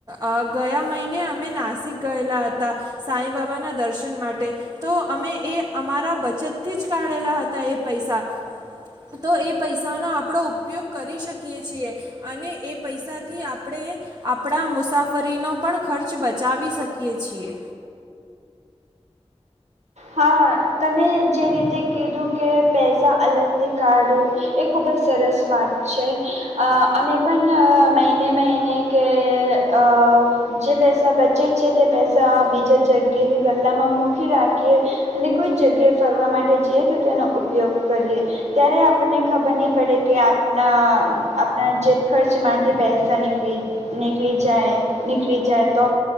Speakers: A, on the right; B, on the right.
A: અ ગયા મહિને અમે નાસિક ગયેલા હતા સાઈ બાબાના દર્શન માટે તો અમે એ અમારા બચતથી જ કાઢેલા હતા એ પૈસા તો એ પૈસાનો આપડો ઉપયોગ કરી શકીએ. છીએ અને એ પૈસાથી આપણે આપણા મુસાફરીનો પણ ખર્ચ બચાવી શકીએ છીએ.
B: હા તમે જે રીતે કીધું કે પૈસા અલગથી કાઢું એ ખૂબ જ સરસ વાત છે અ અમે પણ મહિને મહિને કે અ જે પૈસા બચે છે તે પૈસા બીજા જગ્યાએ કે ગલ્લામાં મૂકી રાખી એ અને કોઈ જગ્યાએ ફરવા માટે જઈએ તો તેનો ઉપયોગ કરીએ ત્યારે આપણને ખબર નહીં પડે કે આપણા આપણા જેબ ખર્ચમાંથી પૈસા નીકળી નીકળી જાય નીકળી જાય તો